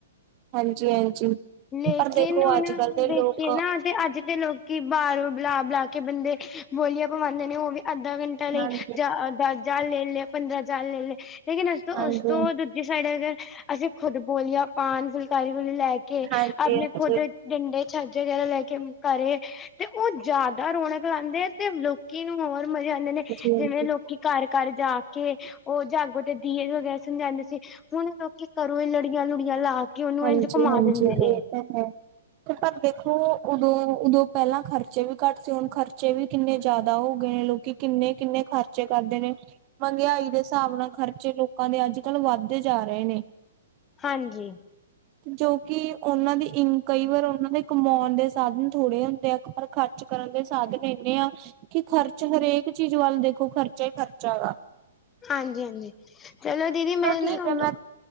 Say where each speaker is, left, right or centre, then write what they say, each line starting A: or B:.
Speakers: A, on the right; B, on the left.
A: ਹਾਂਜੀ ਹਾਂਜੀ।
B: ਲੇਕਿਨ
A: ਪਰ ਦੇਖੋ
B: ਹੁਣ
A: ਅੱਜ ਕੱਲ ਦੇ
B: ਵੇਖੀਏ
A: ਲੋਕ
B: ਨਾ ਤੇ ਅੱਜ ਦੇ ਲੋਕੀ ਬਾਰੋਂ ਬਲਾ ਬੁਲਾ ਕੇ ਬੰਦੇ ਬੋਲੀਆਂ ਪਵਾਉਂਦੇ ਨੇ ਉਹ ਵੀ ਅੱਧਾ ਘੰਟਾ ਲਈ
A: ਹਾਂਜੀ
B: ਜਾ
A: ਹਾਂਜੀ
B: ਦਸ ਹਜਾਰ ਲੈ ਲਿਆ ਪੰਦਰਾਂ ਹਜਾਰ ਲੈ ਲਿਆ ਲੇਕਿਨ ਉਸ ਤੋਂ
A: ਹਾਂਜੀ
B: ਉਸ ਤੋਂ ਦੂਜੀ ਸਾਈਡ ਅਗਰ ਅਸੀਂ ਖੁਦ ਬੋਲੀਆਂ ਪਾਨ ਫੁਲਕਾਰੀ ਵ ਲੈ ਕੇ
A: ਹਾਂਜੀ
B: ਆਪਣੇ
A: ਹਾਂਜੀ
B: ਖੁੱਦ ਡੰਡੇ ਛੱਜ ਵਗੈਰ ਲੈ ਕੇ ਘਰੇ ਤੇ ਉਹ ਜ਼ਿਆਦਾ ਰੌਣਕ ਲਾਉਂਦੇ ਆ ਤੇ ਲੋਕੀ ਨੂੰ ਹੋਰ ਮਜ਼ੇ ਆਉਂਦੇ ਨੇ
A: ਹਾਂਜੀ
B: ਜਿਵੇਂ ਲੋਕੀ ਘਰ ਘਰ ਜਾ ਕੇ ਉਹ ਜਾਗੋ ਤੇ ਦੀਏ ਵਗੈਰਾ ਸਮਝਾਉਂਦੇ ਸੀ ਹੁਣ ਲੋਕੀ ਘਰੋਂ ਇਹ ਲੜੀਆਂ ਲੁੜੀਆਂ ਲਾ ਕੇ ਉਹਨੂੰ
A: ਹਾਂਜੀ-ਹਾਂਜੀ
B: ਇੰਝ ਘੁਮਾ ਦਿੰਦੇ ਨੇ
A: ਇਹ ਤਾਂ ਹੈ ਪਰ ਦੇਖੋ ਉਦੋਂ ਉਦੋਂ ਪਹਿਲਾਂ ਖਰਚੇ ਵੀ ਘੱਟ ਸੀ ਹੁਣ ਖਰਚੇ ਵੀ ਕਿੰਨੇ ਜ਼ਿਆਦਾ ਹੋ ਗਏ ਲੋਕੀ ਕਿੰਨੇ-ਕਿੰਨੇ ਖਰਚੇ ਕਰਦੇ ਨੇ। ਮਹਿੰਗਾਈ ਦੇ ਹਿਸਾਬ ਨਾਲ ਖਰਚੇ ਲੋਕਾਂ ਦੇ, ਅੱਜ ਕੱਲ੍ਹ ਵੱਧਦੇ ਜਾ ਰਹੇ ਨੇ
B: ਹਾਂਜੀ।
A: ਜੋ ਕਿ ਉਹਨਾਂ ਦੀ ਕਈ ਵਾਰ ਉਹਨਾਂ ਦੇ ਕਮਾਉਣ ਦੇ ਸਾਧਨ ਥੋੜ੍ਹੇ ਹੁੰਦੇ ਆ ਪਰ ਖਰਚ ਕਰਨ ਦੇ ਸਾਧਨ ਇੰਨੇ ਆ ਕਿ ਖਰਚ ਹਰੇਕ ਚੀਜ਼ ਵੱਲ ਦੇਖੋ ਖਰਚਾ ਹੀ ਖਰਚਾ ਵਾ।
B: ਹਾਂਜੀ। ਹਾਂਜੀ। ਚਲੋ ਦੀਦੀ ਮੈਂ ਨਾ
A: ਠੀਕ
B: ਤੁੂੰ
A: ਹੈ ਮੈਂ